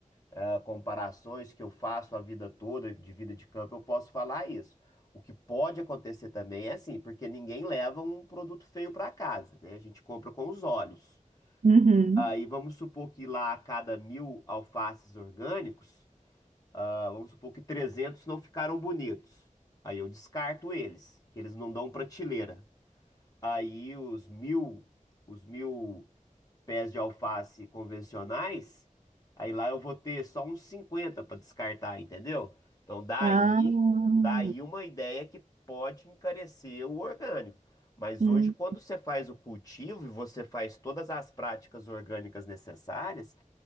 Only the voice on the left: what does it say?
ah, comparações que eu faço a vida toda, de vida de campo, eu posso falar isso. O que pode acontecer também é assim, porque ninguém leva um produto feio para casa, né? A gente compra com os olhos.
Aí vamos supor que lá a cada mil alfaces orgânicos ah, vamos supor que 300 não ficaram bonitos. Aí eu descarto eles, que eles não dão prateleira. Aí os mil, os mil pés de alface convencionais, aí lá eu vou ter só uns 50 para descartar, entendeu? Então daí,
daí uma ideia que pode encarecer o orgânico. Mas
hoje, quando você faz o cultivo e você faz todas as práticas orgânicas necessárias,